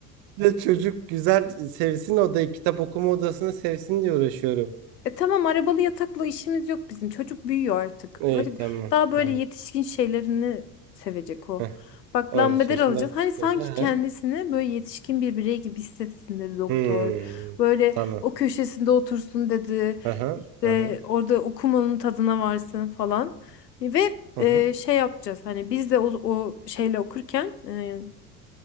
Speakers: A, on the right; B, on the left.
A: de çocuk güzel sevsin odayı, kitap okuma odasını sevsin diye uğraşıyorum.
B: E tamam arabalı yatakla işimiz yok bizim. Çocuk büyüyor artık.
A: İyi
B: Artık
A: tamam
B: daha
A: tamam.
B: böyle yetişkin şeylerini sevecek o.
A: Heh,
B: Bak
A: 13
B: lambader
A: yaşında
B: alacağız.
A: yetişkin.
B: Hani sanki
A: Hı hı.
B: kendisini böyle yetişkin bir birey gibi hissetsin dedi doktor.
A: Hmm,
B: Böyle
A: tamam.
B: o köşesinde otursun dedi.
A: Hı hı.
B: İşte
A: Hı hı.
B: orada okumanın tadına varsın falan. Ve
A: Hı
B: e,
A: hı.
B: şey yapacağız. Hani biz de o, o şeyle okurken e,